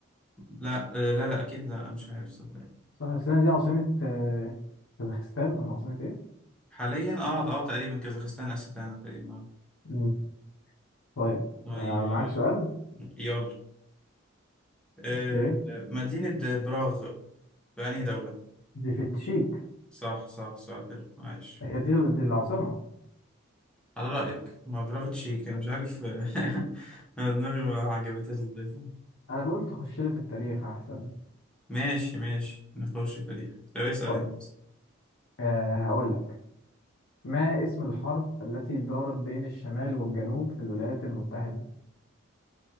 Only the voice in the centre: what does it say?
لا آه، لا لا اكيد لا مش عارف صدقني
حاليا اه اه تقريبا كازاخستان أستانا تقريبا اه
طيب
يلا أه...
آه، مدينة براغ في انهي دولة
صح صح سؤال حلو عايش
على رأيك ما برافيتش كان مش عارف <laughs> انا دماغي ما عجبتهاش ازاي
ماشي ماشي نخش تاريخ طب اسأل
انت